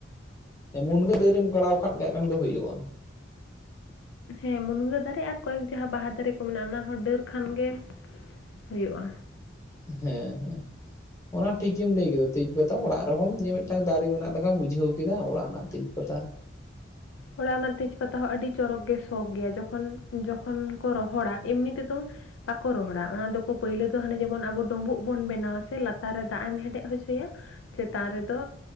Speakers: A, on the left (about 15°); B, on the left (about 75°).
A: ᱦᱮᱸ ᱢᱩᱱᱜᱟᱹ ᱰᱟᱹᱨᱮᱢ ᱜᱟᱲᱟᱣ ᱠᱷᱟᱫ <unintelligible> ᱠᱷᱟᱱ ᱜᱮ ᱦᱩᱭᱩᱜᱼᱟ᱾
B: ᱦᱮᱸ ᱢᱩᱱᱜᱟᱹ ᱫᱟᱨᱮ ᱟᱨ ᱠᱚᱭᱮᱠ ᱡᱟᱦᱟᱸ ᱵᱟᱦᱟ ᱫᱟᱨᱮ ᱠᱚ ᱢᱮᱱᱟᱜᱼᱟ ᱚᱱᱟ ᱦᱚᱸ ᱰᱟᱹᱨ ᱠᱷᱟᱱ ᱜᱮ, ᱦᱩᱭᱩᱜᱼᱟ᱾
A: ᱦᱮᱸ ᱦᱮᱸ᱾ ᱚᱱᱟ ᱴᱷᱤᱠ ᱜᱮᱢ ᱞᱟᱹᱭ ᱠᱮᱫᱟ, ᱛᱮᱡᱽ ᱯᱟᱛᱟ ᱚᱲᱟᱜ ᱨᱮᱦᱚᱸ ᱱᱤᱭᱟᱹ ᱢᱤᱫᱴᱟᱝ ᱫᱟᱨᱮ ᱢᱮᱱᱟᱜ ᱞᱮᱠᱟᱢ ᱵᱩᱡᱷᱟᱹᱣ ᱠᱮᱫᱟ ᱚᱲᱟᱜ ᱨᱮᱱᱟᱜ ᱛᱮᱡ ᱯᱟᱛᱟ᱾
B: ᱚᱲᱟᱜ ᱨᱮᱱᱟᱜ ᱛᱮᱡᱽ ᱯᱟᱛᱟ ᱦᱚᱸ ᱟᱹᱰᱤ ᱪᱚᱨᱚᱠ ᱜᱮ ᱥᱚ ᱜᱮᱭᱟ ᱡᱚᱠᱷᱚᱱ, ᱡᱚᱠᱷᱚᱱ ᱠᱚ ᱨᱚᱦᱚᱲᱟ, ᱮᱢᱱᱤ ᱛᱮᱫᱚ ᱵᱟᱠᱚ ᱨᱚᱦᱚᱲᱟ, ᱚᱱᱟ ᱫᱚᱠᱚ ᱯᱟᱹᱭᱞᱟᱹ ᱫᱚ ᱦᱟᱱᱮ ᱡᱮᱢᱚᱱ ᱟᱵᱚ ᱰᱳᱢᱵᱳᱜ ᱵᱚᱱ ᱵᱮᱱᱟᱣᱟ ᱥᱮ ᱞᱟᱛᱟᱨ ᱨᱮ ᱫᱟᱜ ᱮᱢ ᱦᱮᱰᱮᱡ ᱦᱚᱪᱚᱭᱟ, ᱪᱮᱛᱟᱱ ᱨᱮᱫᱚ